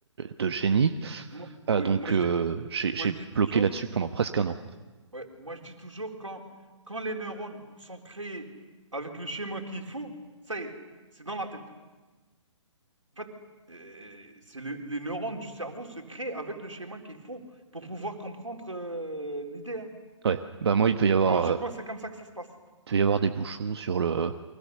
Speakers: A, on the right; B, on the right.
A: de génie.
B: Moi-
A: Ah,
B: oui,
A: donc
B: moi
A: euh,
B: je, dis-
A: j'ai j'ai
B: moi je dis toujours,
A: bloqué là-dessus pendant presque un an.
B: ouais, moi je dis toujours quand, quand les neurones sont créés avec le schéma qu'il faut, ça y est, c'est dans la tête. En fait, euh, c'est le- les neurones du cerveau se créent avec le schéma qu'il faut pour pouvoir comprendre euh, l'idée. hein.
A: Ouais. Bah moi, il devait y avoir,
B: Logiquement,
A: euh,
B: c'est comme ça que ça se passe.
A: il devait y avoir des bouchons sur le